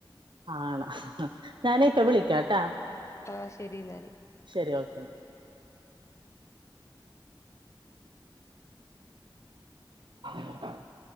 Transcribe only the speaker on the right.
ആണ ഞാനിപ്പ വിളിക്കാട്ടാ
ശരി ഓക്കെ ന്നാ <inaudible>